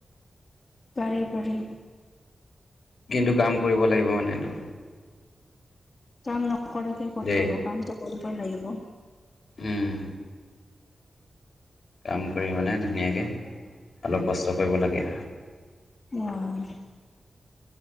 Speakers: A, on the left; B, on the left.
A: পাৰি পাৰি।
B: কিন্তু কাম কৰিব লাগিব মানে তোৰ।
A: কাম নকৰাকে ক'ত
B: দেই
A: পাব, কামটো কৰিববই লাগিব।
B: হম'। কাম কৰি মানে ধুনীয়াকে, অলপ কষ্ট কৰিব লাগে।
A: উম।